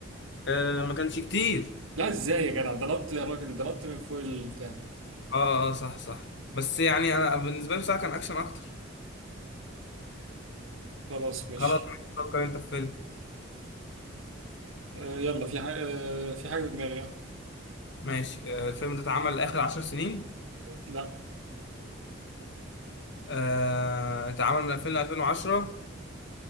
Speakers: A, on the left; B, on the right.
A: آه ما كانش كتير
B: لا ازاي يا جدع ده نط يا راجل ده نط من فوق البتاع
A: اه اه صح صح بس يعني انا بالنسبه لي بصراحه كان اكشن اكتر
B: خلاص ماشي
A: خلاص فكر انت في فيلم
B: آه يلا في حاجه آه في حاجه في دماغي آه.
A: ماشي آه الفيلم ده اتعمل اخر عشر سنين
B: لا
A: آه، اتعمل من 2000 ل 2010